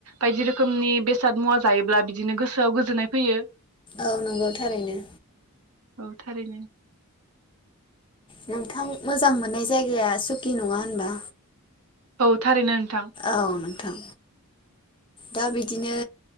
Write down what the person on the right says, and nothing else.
बायदि रोखोमनि बेसाद मुवा जायोब्ला बिदिनो गोसोआव गोजोननाय फैयो
औ थारैनो
औ। थारैनो नोंथां।